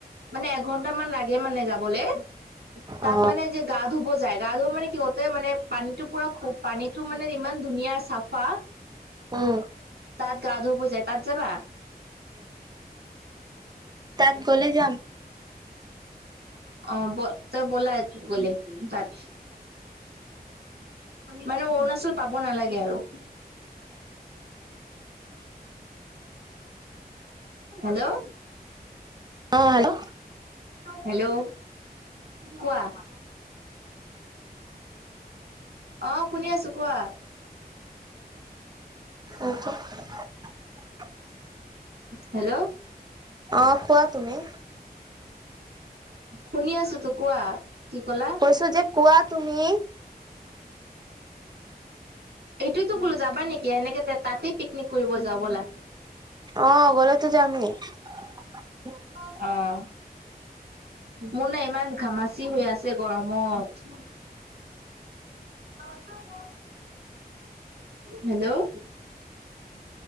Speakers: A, on the right (about 85°); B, on the right (about 25°).
A: মানে এঘন্টা মান লাগে মানে যাবলৈ তাত
B: অ
A: মানে যে গা ধুব যায় গা ধু মানে কিহতে মানে পানীতটো পুৰা খুব পানীতটো মানে ইমান ধুনীয়া চাফা
B: উম
A: তাত গা ধুব যায় তাত যাবা
B: তাত গলে যাম
A: অ ব তই বলা গলে তাত। মানে অৰুণাচল পাব নালাগে আৰু। <inaudible> হেল্ল'।
B: অহ হেল্ল'।
A: হেল্ল' কোৱা। অঁ শুনি আছো কোৱা।
B: <inaudible>
A: হেল্ল'।
B: অহ কোৱা তুমি।
A: শুনি আছোতো কোৱা, কি কলা? <inaudible>
B: কৈছো যে কোৱা তুমি
A: এইটোয়তো বোলো যাবা নেকি এনেকে তাতেই পিকনিক কৰিব যাওঁ বলা।
B: অ <unintelligible>
A: অ মোৰ নাই ইমান ঘামাচি হৈ আছে গৰমত। <unintelligible> হেল্ল'